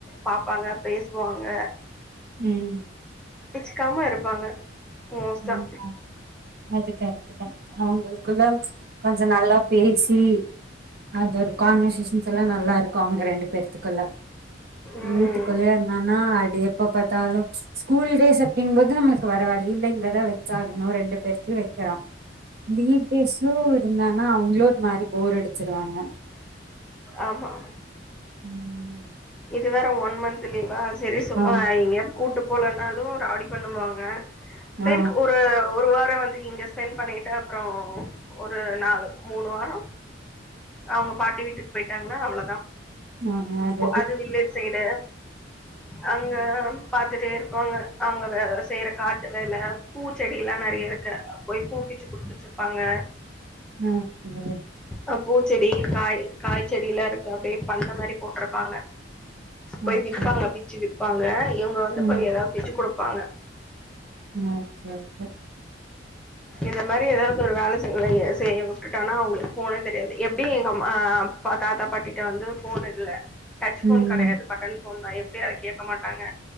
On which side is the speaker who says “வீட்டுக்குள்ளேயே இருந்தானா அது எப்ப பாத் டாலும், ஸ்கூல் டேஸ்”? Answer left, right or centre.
Right